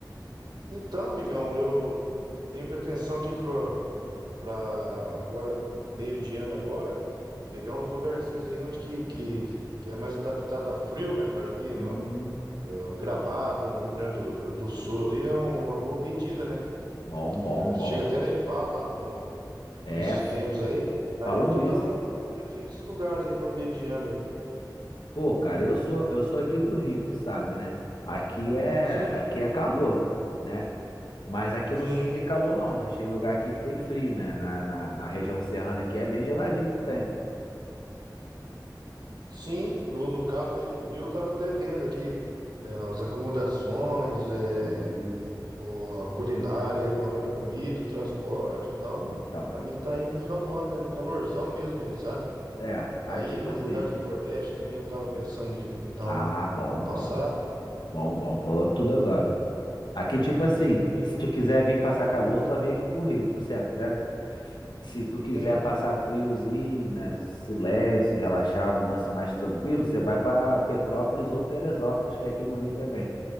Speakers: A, on the right; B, on the left.
A: Então, amigão, eu tenho pretensão aqui para para agora meio de ano agora pegar uns lugarzinhos aí onde que, que que é mais adaptado a frio, né, cara? Ali
B: Hum,
A: no O Gramado, no Rio Grande do, do Sul, ali é uma boa pedida, né?
B: bom,
A: Que
B: bom, bom.
A: chega até nevar lá no, no-
B: É,
A: nesses
B: f-
A: tempos aí. Aí
B: falam
A: eu tô
B: isso.
A: dando um um boletim nesses lugares aí pro meio de ano aí.
B: Pô, cara, eu sou eu sou aqui do Rio, tu sabe, né? Aqui é
A: Sim,
B: aqui é calor, né? Mas aqui
A: sim,
B: não só tem calor, não. A gente tem lugar aqui que tem frio, né? Na, na, na região serrana aqui é bem geladinho também.
A: sim. No, no caso aí do Rio, eu tava até vendo aqui é, as acomodações, é,
B: Isso.
A: o- a culinária, aí, o valor da comida, o transporte e tal.
B: Então.
A: Pra mim tá indo no final do ano, né? No calorzão mesmo aí, sabe?
B: É,
A: Daí,
B: aí tipo
A: nos
B: assim.
A: lugares do Nordeste também, eu tava pensando de- em dar
B: Ah,
A: uma
B: bom,
A: uma passada.
B: bom, bom, bom. Falou tudo agora. Aqui, tipo assim,
A: Sim,
B: se tu quiser vir passar calor, tu vai vir aqui pro Rio, por sempre, né? Se tu quiser
A: sim.
B: passar friozinho, né? Silêncio, relaxar, um lance mais tranquilo, você vai pra Petrópolis ou Teresópolis, que é aqui no Rio também.